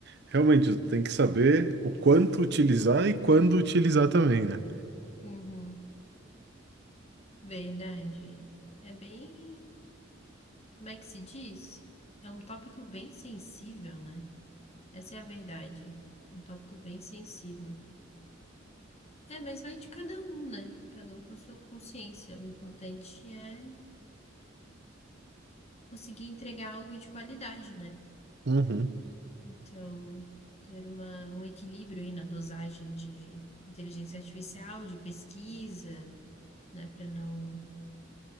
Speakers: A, on the right; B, on the left.
A: realmente tu tem que saber o quanto utilizar e quando utilizar também, né?
B: Uhum. Verdade. É bem. Como é que se diz? É um tópico bem sensível, né? Essa é a verdade. Um tópico bem sensível. É, mas vai de cada um, né? Cada um com a sua consciência. O importante é conseguir entregar algo de qualidade, né?
A: Uhum,
B: Então, ter uma, um equilíbrio aí na dosagem de inteligência artificial, de pesquisa, né? Para não,